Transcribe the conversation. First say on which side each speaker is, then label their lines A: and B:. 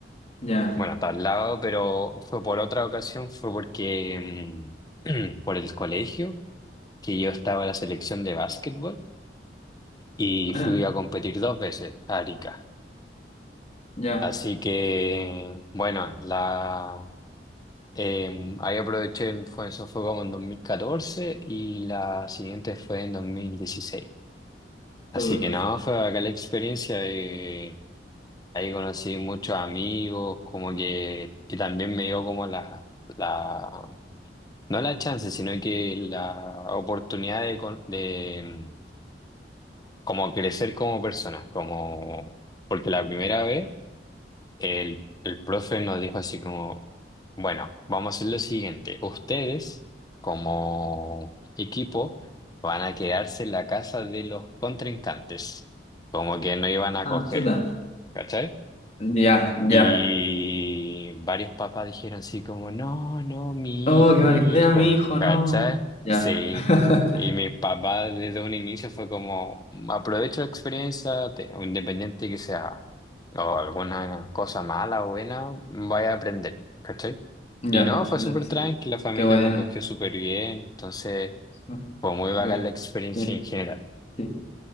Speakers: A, on the left (about 35°); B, on the left (about 20°).
A: Ya,
B: Bueno, está al lado, pero fue por otra ocasión, fue porque mm, <clears throat> por el colegio, que yo estaba en la selección de básquetbol y
A: buena,
B: fui a competir dos veces a Arica.
A: ya,
B: Así que, bueno, la, eh, ahí aproveché, fue, eso fue como en 2014 y la siguiente fue en dos mil dieciséis
A: todo
B: Así que
A: perfecto.
B: nada, fue acá la experiencia. eh, ahí conocí muchos amigos, como que, que también me dio como la, la, no la chance, sino que la oportunidad de, con- de mm, como crecer como persona, como, porque la primera vez... El, el profe nos dijo así como, bueno, vamos a hacer lo siguiente. Ustedes, como equipo, van a quedarse en la casa de los contrincantes. Como que no iban a
A: Ah,
B: coger,
A: chuta.
B: ¿cachai?
A: Ya,
B: Y
A: ya.
B: varios papás dijeron así como, no, no, mi
A: Oh,
B: hijo,
A: qué mala
B: mi
A: idea,
B: hijo,
A: mi hijo, no.
B: ¿cachai?
A: Ya,
B: Sí.
A: <laughs>
B: Y mi papá desde un inicio fue como, aprovecho la experiencia, te- independiente que sea o alguna cosa mala o buena, vaya a aprender, ¿cachai?
A: ya,
B: Y no, fue
A: ya,
B: súper
A: sí.
B: tranquila, la familia
A: Qué buena.
B: me acogió súper bien, entonces
A: Súper.
B: fue muy
A: súper.
B: bacán la experiencia
A: Sí,
B: en general.
A: sí.